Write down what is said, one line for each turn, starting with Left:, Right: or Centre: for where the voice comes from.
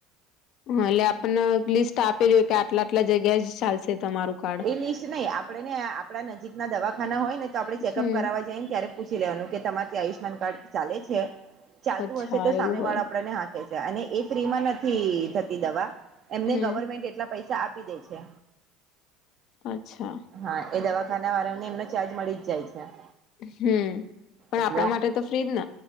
Left: હ લે આપને લિસ્ટ આપેલી ઓય કે આટલા આટલે જગ્યે જ ચાલશે તમારું કાર્ડ
Right: એ લિસ્ટ નઈ આપણેને આપણા નજીકના દવાખાના હોય ને તો આપણે ચેકઅપ
Left: હમ
Right: કરાવા જઈ ત્યારે પૂછી લેવાનું કે તમાર જે આયુષમાન કાર્ડ ચાલે છે ચાલતું
Left: અચ્છા
Right: હશે તો
Left: એવું
Right: સામે
Left: હોય
Right: વાળા આપળેને હા કેય છે અને એ ફ્રી માં નથી થતી દવા એમને
Left: હમ
Right: ગવર્મેન્ટ એટલા પૈસા આપી દે છે.
Left: અચ્છા.
Right: હા એ દવાખાના વાળાઓને એમનો ચાર્જ મળી જ જાય છે.
Left: હમ્મ, પણ
Right: એટલે
Left: આપળા માટે તો ફ્રી જ ન